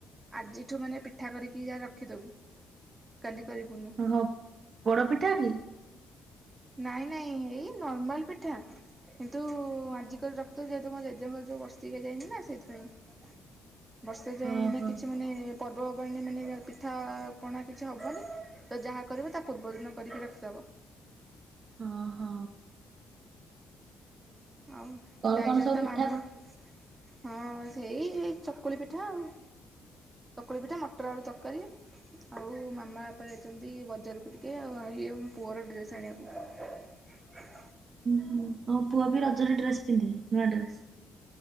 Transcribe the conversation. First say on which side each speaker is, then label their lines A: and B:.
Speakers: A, on the right; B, on the right.
A: ଆଜିଠୁ ମାନେ ପିଠା କରିକି ଯା ରଖିଦବୁ କାଲି କରିବୁନୁ।
B: ଓଃ ପୋଡ ପିଠା କି?
A: ନାଇଁ ନାଇଁ ଏଇ ନର୍ମାଲ ପିଠା କିନ୍ତୁ ଆଜିିକରି ରଖିଦବୁ ଯେହେତୁ ମୋ ଜେଜେଙ୍କର ଯୋଉ ବର୍ଷିକିଆ ଯାଇନି ନା ସେଇଥିପାଇଁ। ବର୍ଷେ ଯାଇ
B: ଓହୋ
A: ନା କିଛି ମାନେ ଏପ ପର୍ବପର୍ବାଣୀରେ ମାନେ ପିଠା ପଣା କିଛି ହବନି ତ ଯାହା କରିବ ତା ପୂର୍ବ ଦିନ କରିକି ରଖିଦବ।
B: ଅ ହ।
A: ଆଉ
B: କଣ
A: ଯାଇଛନ୍ତି
B: କଣ ସବୁ
A: ତ
B: ପିଠା
A: ମାମୁଁ।
B: ହୁଁ
A: ହଁ ସେଇ ଚକୁଳି ପିଠା ଆଉ ଚକୁଳି ପିଠା ମଟର ଆଳୁ ତରକାରୀ ଆଉ ମାମା ବାପା ଯାଇଛନ୍ତି ବଜାରକୁ ଟିକେ ଆଉ ଇଏ ଆମ ପୁଅର ଡ୍ରେସ୍ ଆଣିବାକୁ।
B: ହୁଁ ତମ ପୁଅ ବି ରଜରେ ଡ୍ରେସ ପିନ୍ଧେ ନୂଆ ଡ୍ରେସ?